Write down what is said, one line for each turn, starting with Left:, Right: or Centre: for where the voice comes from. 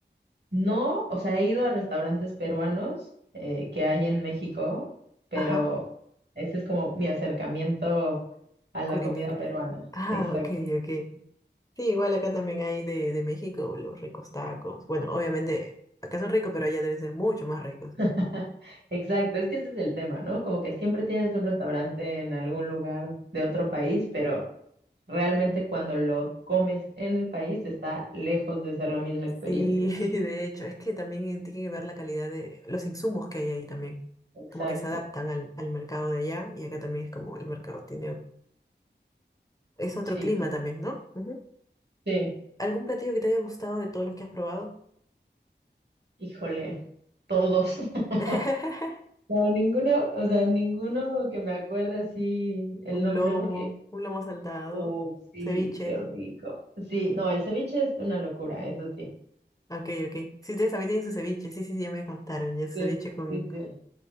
Right: no, o sea, he ido a restaurantes peruanos eh, que hay en México, pero
Left: Ajá,
Right: ese es como mi acercamiento a la
Left: culinaria.
Right: comida peruana,
Left: <laughs> Ah,
Right: exacto.
Left: ok, ok. Sí, igual acá también hay de, de México los ricos tacos. Bueno, obviamente acá son ricos, pero allá deben ser mucho más ricos.
Right: <laughs> Exacto, es que ese es el tema, ¿no? Como que siempre tienes un restaurante en algún lugar de otro país, pero realmente cuando lo comes en el país está lejos de ser la misma experiencia.
Left: Sí, <laughs> de hecho, es que también eh, tiene que ver la calidad de los insumos que hay ahí también.
Right: Exacto,
Left: Como que se adaptan al, al mercado de allá y acá también es como el mercado tiene es otro
Right: Sí,
Left: clima
Right: total.
Left: también, ¿no? Ujú.
Right: sí,
Left: ¿Algún platillo que te haya gustado de todos los que has probado?
Right: híjole, todos. <laughs>
Left: <laughs>
Right: No, ninguno, o sea, ninguno que me acuerde así el
Left: Un
Right: nombre
Left: lomo,
Right: porque,
Left: un lomo saltado,
Right: oh, sí,
Left: ceviche.
Right: qué rico. Sí, no, el ceviche es una locura, eso sí.
Left: Ok, ok. Sí, ustedes también tienen su ceviche. Sí, sí, sí, ya me contaron. Ya su
Right: Sí,
Left: ceviche con,
Right: sí, sí,